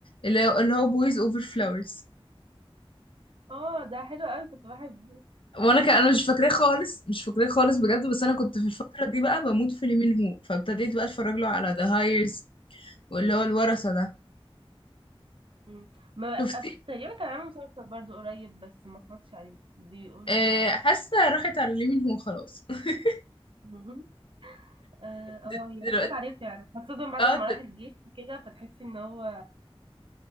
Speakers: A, on the left (about 60°); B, on the right (about 60°).
A: اللي هو اللي هو بويز اوفر فلاورز
B: اه ده حلو قوي كنت بحبه
A: وانا كان انا مش فاكراه خالص مش فاكراه خالص بجد بس انا كنت في الفتره دي بقى بموت في لي مين هو فابتديت بقى اتفرج له على ذا هايرز واللي هو الورثه ده
B: مم. ما
A: شفتي
B: أب- تقريبا كان عامل مسلسل برضو قريب بس ما اتفرجتش عليه بيقولوا
A: آه،
B: ما اعرفش
A: حاسه راحت على لي مين هو خلاص <laughs>
B: <laughs> مم. اه آه،
A: د-
B: هي
A: دلوقتي
B: راحت عليه فعلا خاصة بعد
A: اه
B: ما
A: د-
B: راح الجيش كده فتحسي ان هو